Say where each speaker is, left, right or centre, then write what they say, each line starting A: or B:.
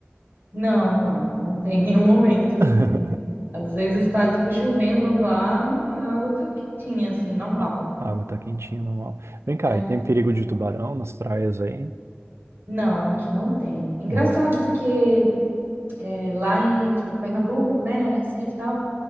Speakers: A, on the right (about 55°); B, on the right (about 85°).
A: Não, não, não tem <laughs> nenhum momento assim.
B: <laughs>
A: Às vezes tá tipo chovendo, nublado e a água tá quentinha assim, normal.
B: A a água tá quentinha, normal. Vem cá,
A: É.
B: e tem perigo de tubarão nas praias aí?
A: Não, aqui não tem. É engraçado
B: Uhum.
A: porque é, lá em tipo, Pernambuco, né, Recife e tal,